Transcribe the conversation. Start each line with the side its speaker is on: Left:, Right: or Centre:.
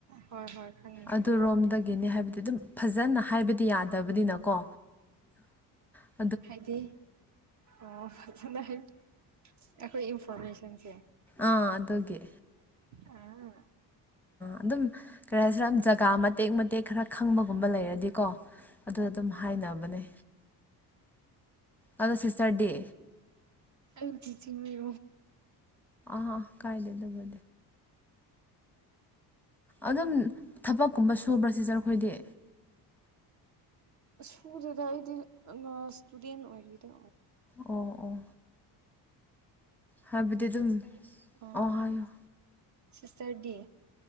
Right: ꯍꯣꯏ ꯍꯣꯏ ꯈꯪꯉꯦ
Centre: ꯑꯗꯨ ꯔꯣꯝꯗꯒꯤꯅꯤ ꯍꯥꯏꯕꯗꯤ ꯑꯗꯨꯝ ꯐꯖꯅ ꯍꯥꯏꯕꯗꯤ ꯌꯥꯗꯕꯅꯤꯅꯀꯣ ꯑ
Right: ꯍꯥꯏꯗꯤ ꯑꯣ ꯐꯖꯅ ꯍꯥꯏ ꯑꯩꯈꯣꯏ ꯏꯟꯐꯣꯔꯃꯦꯁꯟꯁꯦ
Centre: ꯑꯥ ꯑꯗꯨꯗꯒꯦ
Right: ꯑꯥ
Centre: ꯑꯗꯨꯝ ꯀꯔꯤ ꯍꯥꯏꯁꯤꯔ ꯖꯒꯥ ꯃꯇꯦꯛ ꯃꯇꯦꯛ ꯈꯔ ꯈꯪꯕꯒꯨꯝꯕ ꯂꯩꯔꯗꯤꯀꯣ ꯑꯗꯨ ꯑꯗꯨꯝ ꯍꯥꯏꯅꯕꯅꯦ ꯑꯗ ꯁꯤꯁꯇꯔ ꯗꯦ
Right: ꯑꯗꯨ ꯆ ꯆꯤꯡ ꯃꯩ
Centre: ꯑ ꯀꯥꯏꯗꯗꯕ ꯑꯗꯨꯝ ꯊꯕꯛꯀꯨꯝꯕ ꯁꯨꯕ꯭ꯔꯥ ꯁꯤꯖꯔ ꯑꯩꯈꯣꯏꯗꯤ
Right: ꯁꯨꯗꯗ ꯑꯩꯗꯤ ꯏꯁꯇꯨꯗꯦꯟ ꯑꯣꯏꯔꯤꯗ
Centre: ꯑꯣ ꯑꯣ ꯍꯥꯏꯕꯗꯤ ꯑꯗꯨꯝ
Right: ꯔ
Centre: ꯑꯣ ꯍꯥꯏꯌꯣ
Right: ꯁꯤꯇꯔ ꯗꯦ